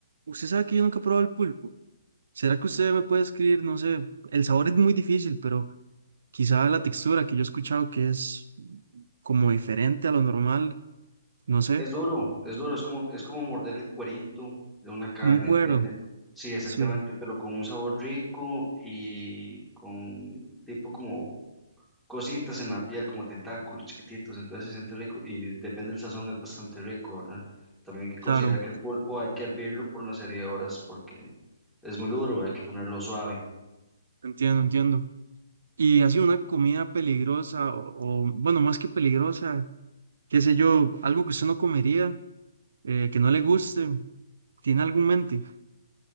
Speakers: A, on the right; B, in the centre.
A: usted sabe que yo nunca he probado el pulpo? ¿Será que usted me puede escribir? No sé, el sabor es muy difícil, pero... Quizá la textura que yo he escuchado que es como diferente a lo normal, no sé,
B: Es duro, es duro, es como, es como morder el cuerito de una carne,
A: como un cuero.
B: ¿entiende? Sí, exactamente,
A: Sí,
B: pero con un sabor rico y con tipo como cositas en la piel, como tentáculos chiquititos, entonces se siente rico y depende del sazón, es bastante rico, ¿verdad? También hay que considerar
A: claro,
B: que el pulpo hay que hervirlo por una serie de horas porque es muy duro, hay que ponerlo suave.
A: entiendo, entiendo. Y así una comida peligrosa o, o, bueno, más que peligrosa, qué sé yo, algo que usted no comería, eh, que no le guste, ¿tiene algo en mente?